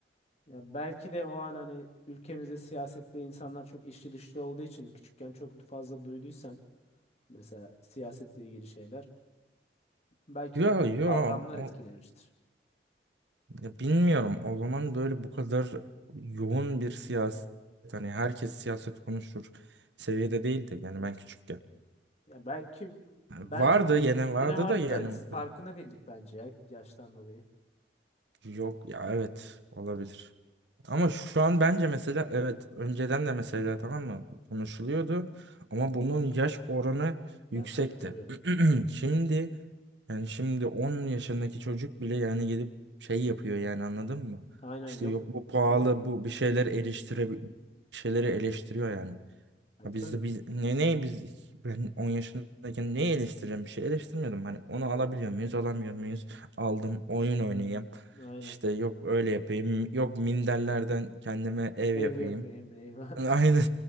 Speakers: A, on the left (about 35°); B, on the right (about 80°).
A: Ya belki de o an hani ülkemizde siyasette insanlar çok içli dışlı olduğu için küçükken çok fazla duyduysan mesela siyasetle ilgili şeyler belki
B: Yo
A: de o
B: yo
A: kavramlar etkilemiştir.
B: o- ya bilmiyorum. O zaman böyle bu kadar yoğun bir siyaset hani herkes siyaset konuşur seviyede değildi. Yani ben küçükken.
A: Ya belki
B: Vardı
A: bence
B: yine vardı
A: yine vardı
B: da yani
A: da
B: bu-
A: farkında değildik bence ya yaştan dolayı.
B: yok ya evet olabilir. Ama şu an bence mesela evet önceden de mesela tamam mı konuşuluyordu ama bunun yaş oranı
A: Ya
B: yüksekti.
A: tabii tabii.
B: <clears throat> Şimdi yani şimdi 10 yaşındaki çocuk bile yani gelip şey yapıyor yani anladın mı?
A: Aynen
B: İşte
A: yok.
B: yok bu pahalı
A: Aynen.
B: bu bir şeyler eleştire bir şeyleri eleştiriyor yani.
A: Ha, tabii
B: Ya biz de biz ne ne biz ben 10 yaşındayken neyi eleştiriyorum bir şey eleştirmiyordum hani onu alabiliyor muyuz alamıyor muyuz aldım oyun oynayayım
A: aynen.
B: işte yok öyle yapayım yok minderlerden kendime ev
A: Ev
B: yapayım
A: yapayım eyvah.
B: aynen
A: <laughs>